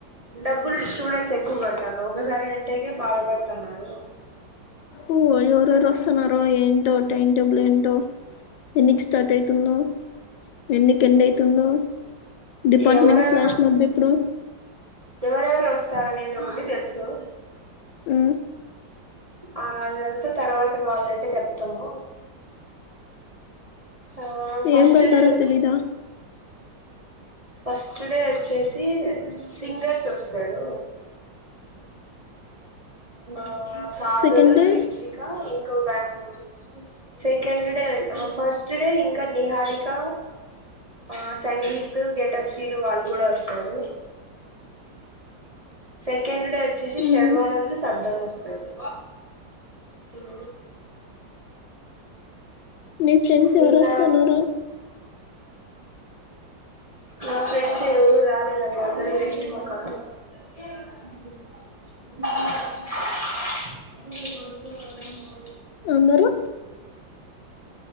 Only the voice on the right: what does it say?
డబ్బులు స్టూడెంట్స్ ఎక్కువ కట్టాల ఒకసారి కట్టేకే బాధపడుతున్నారు
ఎవరెవరు
ఎవరెవరు వస్తాన నిధుండి తెలుసు
ఆ అదంతా తర్వాత కావాలంటే చెప్తాము ఆ ఫస్ట్
డే వచ్
ఫస్ట్ డే వచ్చేసి సింగర్స్ వస్తారు నా సాగర్
లిప్సికా ఇంకో బ్యాడ్మెన్ కూడ second day first first day ఇంక నిహారిక ఆ సంగీత్ గెటప్ సీను వాళ్ళు కూడా వస్తారు సెకండ్ డే వచ్చేసి
షర్వానంద్ శబ్దం వస్తారు ఉ
నిన్న
నా ఫ్రెండ్స్ ఎవరు రాలేదన్న అందరు వేస్ట్ మొఖాలు ఆ అద